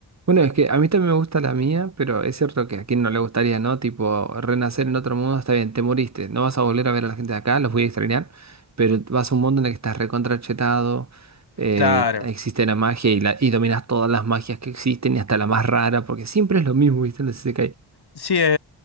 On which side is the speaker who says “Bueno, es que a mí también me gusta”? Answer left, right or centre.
Right